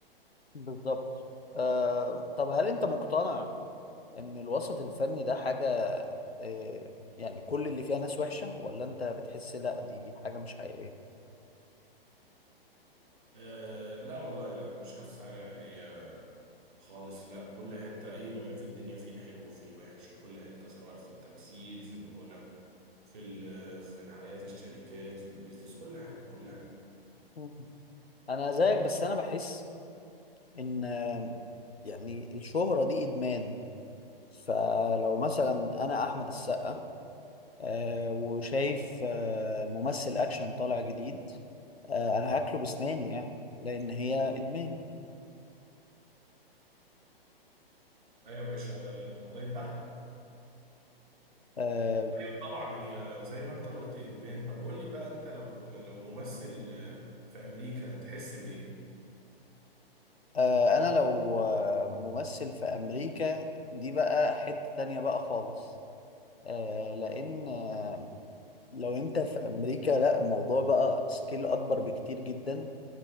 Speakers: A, on the left (about 85°); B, on the right (about 55°).
A: بالظبط آه طب هل انت مقتنع ان الوسط الفني ده حاجة آه يعني كل اللي فيها ناس وحشة ولا انت بتحس لا دي حاجة مش حقيقية
B: آه لا والله لا مش حاسس حاجة هي خالص لا كل حتة أي مجال في الدنيا فيه الحلو وفيه الوحش في كل حتة سواء في التمثيل في الغنى في ال- في حياة الشركات في البيزنس كل حاجة كل حاجة
A: مم. انا زيك بس انا بحس ان آه، يعني الشهرة دي ادمان فلو مثلا انا احمد السقا آه وشايف آه ممثل اكشن طالع جديد آه انا هاكله بسناني يعني لان هي ادمان
B: أيوة يا باشا آه، حضرتك تحت
A: آه،
B: أيوة طبعا هي زي ما انت قلت ادمان طب قول لي بقى انت لو لو ممثل آه، في امريكا تحس بايه
A: آه، انا لو آه، ممثل في امريكا دي بقى حتة تانية بقى خالص آه، لان آه، لو انت في امريكا لا الموضوع بقى سكيل اكبر بكتير جدا